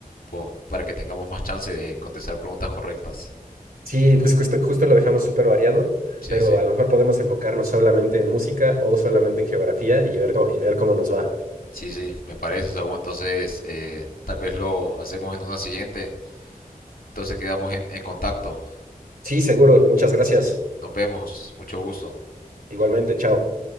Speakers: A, on the left; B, on the right.
A: po- para que tengamos más chance de contestar preguntas correctas.
B: Sí, pues justo, justo lo dejamos súper variado,
A: Sí,
B: pero
A: sí.
B: a lo mejor podemos enfocarnos solamente en música o solamente en geografía y ver, cómo- y ver cómo nos va.
A: Sí, sí, me parece, Saúl. Entonces, eh, tal vez lo hacemos en una siguiente. Entonces quedamos en, en contacto.
B: Sí, seguro. Muchas gracias.
A: Nos vemos. Mucho gusto.
B: Igualmente, chao.